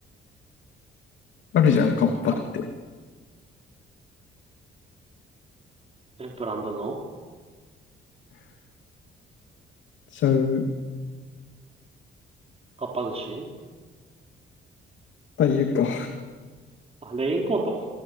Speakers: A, on the left; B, on the right.
A: あるじゃん、カッパって。
B: カッパえ、ブランドの
A: ちゃう。
B: カッパ寿司
A: というか。
B: あ、レインコート